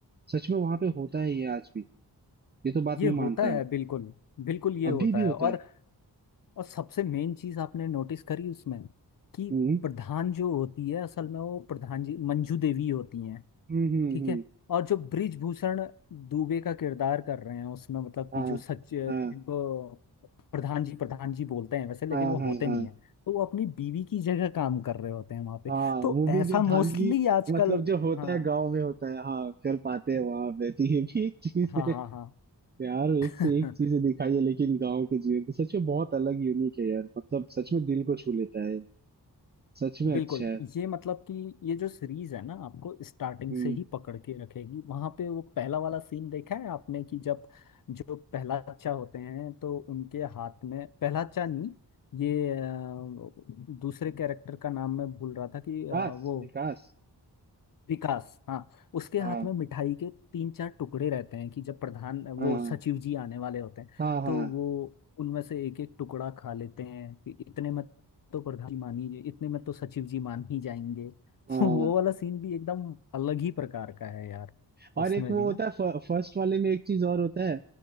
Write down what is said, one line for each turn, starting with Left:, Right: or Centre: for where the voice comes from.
Right: सच में वहां पे होता है ये आज भी ये तो बात
Left: ये
Right: मैं मानता
Left: होता है
Right: हूँ
Left: बिल्कुल बिल्कुल ये
Right: अभी
Left: होता
Right: भी होता
Left: है और
Right: है
Left: और सबसे मेन चीज आपने नोटिस करी उसमें कि
Right: हम्म
Left: प्रधान जो होती है असल में वो प्रधान जी मंजू देवी होती हैं
Right: हम्म हम्म
Left: ठीक
Right: हम्म
Left: है और जो ब्रिजभूषण दुबे का किरदार कर रहे हैं उसमें मतलब
Right: हाँ
Left: कि जो सच इनको
Right: हाँ
Left: प्रधान जी प्रधान जी बोलते हैं वैसे लेकिन
Right: हाँ हाँ
Left: वो होते
Right: हाँ हाँ
Left: नहीं है तो वो अपनी बीवी की जगह काम कर रहे होते हैं वहां पे
Right: हाँ,
Left: तो
Right: वो भी
Left: ऐसा
Right: जो
Left: मोस्टली
Right: धांधली
Left: आजकल
Right: मतलब जो होता
Left: हाँ
Right: है गांव में होता है हाँ कर पाते हैं वहां पे तो ये भी एक चीज
Left: हाँ
Right: है
Left: हाँ
Right: यार एक से
Left: हाँ
Right: एक चीजें दिखाई है लेकिन गांव के जीवन की सच में बहुत अलग यूनिक है यार मतलब सच
Left: <laughs>
Right: में दिल को छू लेता है सच में
Left: बिल्कुल
Right: अच्छा है
Left: ये मतलब कि ये जो सीरीज है ना आपको स्टार्टिंग
Right: हम्म,
Left: से ही पकड़ के रखेगी वहां पे वो पहला वाला सीन देखा है आपने कि जब जो पहलाचा होते हैं तो उनके हाथ में पहलाचा नहीं ये अ, दूसरे कैरेक्टर का नाम मैं भूल रहा था कि
Right: विकास
Left: अ, वो
Right: विकास
Left: विकास हाँ उसके
Right: हाँ
Left: हाथ में मिठाई के तीन चार टुकड़े रहते हैं कि जब प्रधान वो
Right: हाँ
Left: सचिव जी आने वाले होते हैं
Right: हाँ हाँ
Left: तो वो उनमें से एक एक टुकड़ा खा लेते हैं कि इतने में तो प्रधान जी मान ही इतने में तो सचिव जी मान ही जाएंगे <laughs>
Right: हाँ
Left: वो वाला सीन भी एकदम अलग ही प्रकार का है यार
Right: और
Left: उसमें
Right: एक वो
Left: भी
Right: होता
Left: ना
Right: है फर्स्ट वाले में एक चीज और होता है